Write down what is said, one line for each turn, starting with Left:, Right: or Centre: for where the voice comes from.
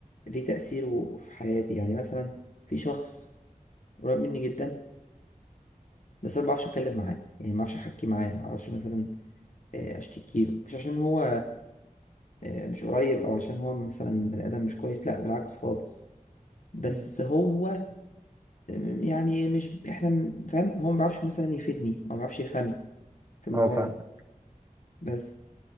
Left: ليه تاثيره في حياتي يعني مثلا في شخص قريب مني جدا بس انا ما بعرفش اتكلم معاه يعني ما بعرفش احكي معاه ما اعرفش مثلا آه، اشتكي له مش عشان هو آه، مش قريب او عشان هو مثلا بني ادم مش كويس لا بالعكس خالص بس
Right: مم.
Left: هو م- يعني مش احنا م- فاهم هو ما بيعرفش مثلا يفيدني او ما بيعرفش يفهمني في الموضوع
Right: اه فاهمة
Left: ده بس